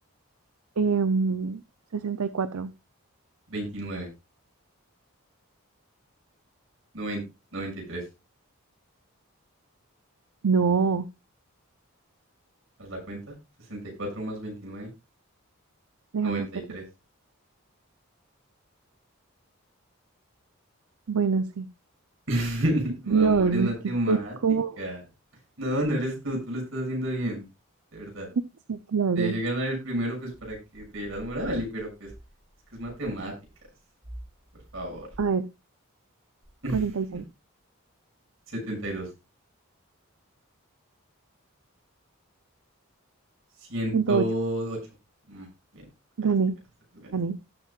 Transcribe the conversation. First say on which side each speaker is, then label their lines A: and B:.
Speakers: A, on the right (about 80°); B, on the right (about 65°).
A: Em, sesenta y cuatro
B: 29. Noven- noventa y tres
A: No,
B: ¿Haz la cuenta? sesenta y cuatro más 29.
A: déjame
B: 93.
A: hacerla. Bueno, sí.
B: <laughs> No,
A: Dios,
B: Amor, es
A: es
B: matemáticas.
A: que estoy como...
B: No, no eres tú, tú lo estás haciendo bien. De verdad.
A: Sí, claro.
B: Te dejé ganar el primero, pues para que te dieras moral, y pero pues es que es matemáticas. Por favor.
A: A ver,
B: <laughs>
A: cuarenta y seis
B: 72. 108.
A: ciento ocho
B: Mm, bien, ganaste,
A: Gané,
B: ganaste, tú ganaste.
A: gané.